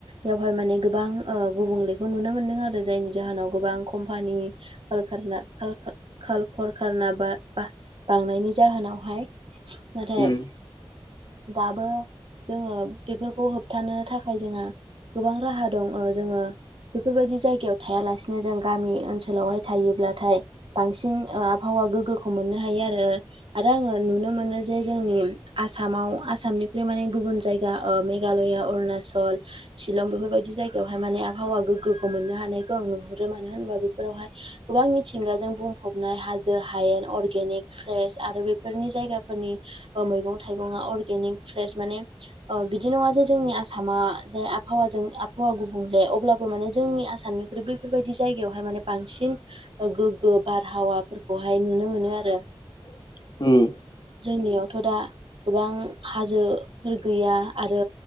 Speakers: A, on the right; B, on the left.
A: यावहाय माने गोबां ओ गुबुंले बो नुनो मोनदों आरो जायनि जाहोनाव गोबां कम्पानि <unintelligible> काल कर खाना‌ बा बा बा बांनायनि जाहोनावहाय नाथाय
B: उम
A: दाबो जोङो बेफोरखौ होबथानो थाखाय जोंआ गोबां राहा दं। ओ जोङो बेफोरबायदि जायगायाव थायालासिनो जों गामि ओनसोलावहाय थायोब्लाथाय बांसिन ओ आबहाव बा गोगोखौ मोननो हायो आरो आरो आङो
B: <inaudible>
A: नुनो मोनो जे जोंनि आसामाव आसामनिख्रुइ माने गुबुन जायगा ओ मेघालया उरुणाचल शिलं बेफोरबायदि जायगायावहाय माने आबहावा गोग्गोखौ मोननो हानायखौ आं नुहुरो मानो होनोबा बेफोरावहाय गोबां मिथिंगाजों बुंफबनाय हाजो हायेन अर्गेनिक फ्रेस आरो बे फोरनि जायगाफोरनि ओ मैगं-थाइगंआ अर्गेनिक फ्रेस माने ओ बिदि नङा जे जोंनि आ सामा जे आबहावाजों आबहावा गुबुंले अब्लाबो माने जोंनि आसामनिख्रुइ बैफोरबायदि जायगायावहाय माने बांसिन गोग्गो बारहावाफोरखौहाय नुनो मोनो आरो
B: औ <inaudible> ओम
A: जोंनियावथ' दा गोबां हाजोफोर गैया आरो